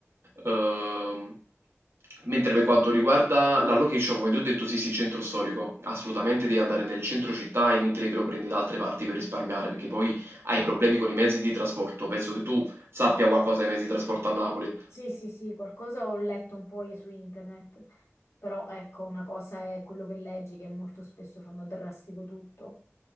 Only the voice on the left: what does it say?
Sì, sì, sì, qualcosa ho letto un po' su internet, però ecco, una cosa è quello che leggi, che molto spesso fanno drastico tutto,